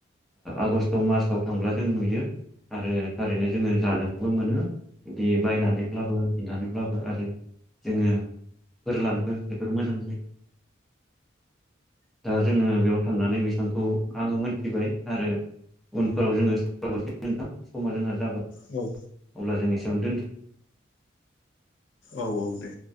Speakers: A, in the centre; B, on the left (about 65°).
A: आगष्ट मार्चाव थांब्ला जों नुयो आरो थारैनो जोङो जानोबो मोनो बिदि बायनानैब्लाबो बिनानैब्लाबो आरो जोङो फोर लानोबो जोबोर मोजां जायो दा जोङो बेयाव थांनानै बिसांखौ आङो मोनथिबाय आरो उनफोराव जोङो सावराबावनोसै नोंथां समा जोंहा जाबाय।
B: औ
A: अब्ला जों एसेयावनो दोनथ'।
B: औ औ दे।